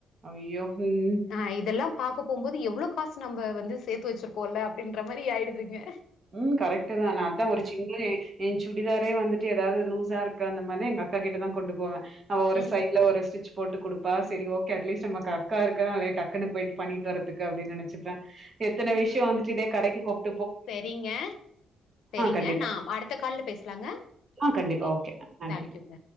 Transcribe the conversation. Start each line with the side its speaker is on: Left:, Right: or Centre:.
Right: ஐயோ ம்
Left: ஆ இதெல்லாம் பாக்க போம்போது எவ்ளோ காசு நம்ப வந்து சேத்து வச்சிருக்கோல்ல அப்டின்ற மாரி ஆயிடுதுங்க
Right: ம் கரெக்ட் தா நா அதா ஒரு சின்ன ஏ சுடிதாரே வந்துட்டு ஏதாது லூஸ் ஸா இருக்க அந்த மாரினா எங்க அக்கா கிட்டதா கொண்டு போவே அவ ஒரு
Left: ம்
Right: சைட்ல ஒரு ஸ்டிரிச் போட்டு குடுப்பா சேரி ஓகே அட்லீஸ்ட் நமக்கு அக்கா இருக்கனாளே டக்குனு போயிட்டு பண்ணிட்டு வரதுக்கு அப்பிடினு நெனச்சுப்பே எத்தன விஷயோ வந்துட்டு இதே கடைக்கு கொப்
Left: சேரிங்க சேரிங்க
Right: கண்டிப்பா.
Left: நா அடுத்த கால்ல பேசலாங்க
Right: ஆ கண்டிப்பா.
Left: ஓகே
Right: நன்றி.
Left: தேங்க்யூங்க